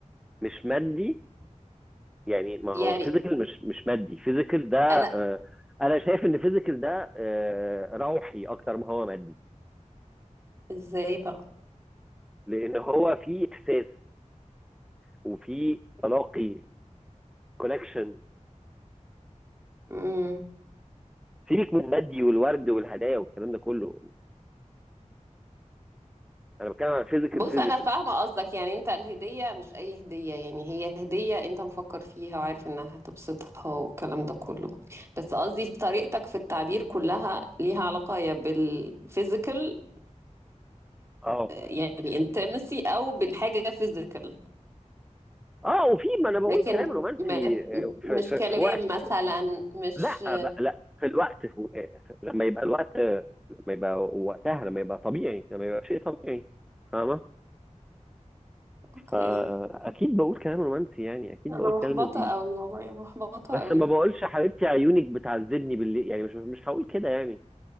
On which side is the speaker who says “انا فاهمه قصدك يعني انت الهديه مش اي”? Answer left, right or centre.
Right